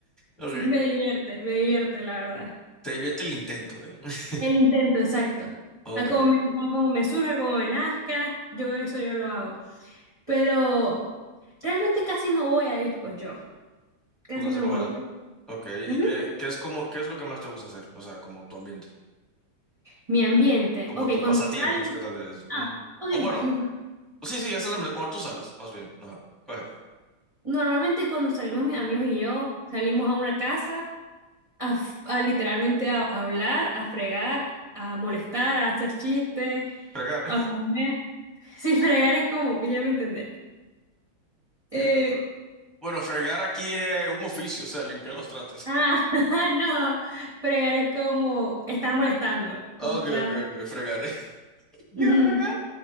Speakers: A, in the centre; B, on the right.
A: ok.
B: me divierte, me divierte, la verdad.
A: Te divierte el intento, ¿eh? <laughs>
B: El intento, exacto.
A: Ok.
B: A como me, a como me surge, a como me nazca, yo eso yo lo hago. Pero realmente casi no voy a disco yo, casi
A: Tú Casanova.
B: no voy.
A: Ok.
B: Ujú.
A: ¿Y qué, qué es como, qué es lo que más te gusta hacer? O sea, como tu ambiente.
B: Mi ambiente,
A: Como
B: ok,
A: tu
B: cuando
A: pasatiempos,
B: salgo,
A: ¿qué tal de eso?
B: ah,
A: Ujú.
B: ok,
A: O bueno,
B: mi pa-
A: sí, sí, esa es la manera- cuando tú sales, más bien. Ajá. Coge.
B: normalmente cuando salimos mis amigos y yo, salimos a una casa. a, f- a literalmente a, a hablar, a fregar, a molestar, a hacer chistes,
A: Fregar.
B: a comer. Sí, fregar es como, ya me entendé. Eh,
A: <laughs> Bueno, fregar aquí es un oficio, o sea, limpiar los trates.
B: ah, <laughs> no, fregar es como estar molestando,
A: Ok,
B: como estar.
A: ok, ok. Fregar. <laughs>
B: Ujú.
A: ¿Qué fregar?